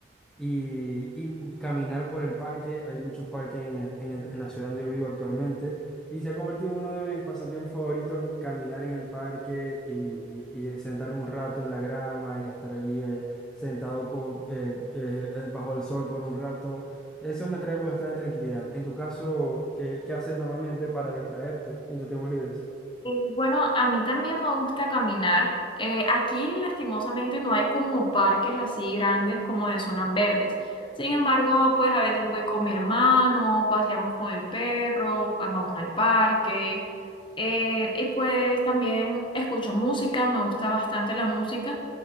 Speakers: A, in the centre; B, on the left (about 25°).
A: y, y caminar por el parque. Hay muchos parques en, en- en la ciudad donde yo vivo actualmente y se ha convertido en uno de mis pasatiempos favoritos, caminar en el parque y, y- y sentarme un rato en la grama y estar allí eh, sentado co- eh, eh, bajo el sol por un rato. Eso me trae bastante tranquilidad. En tu caso, ¿qué, qué haces normalmente para distraerte en tus tiempos libres?
B: Eh, Bueno, a mí también me gusta caminar. Eh, aquí, lastimosamente, no hay como parques así grandes como de zonas verdes. Sin embargo, pues a veces voy con mi hermano, paseamos con el perro, ah, vamos al parque. Eh, y pues también escucho música, me gusta bastante la música.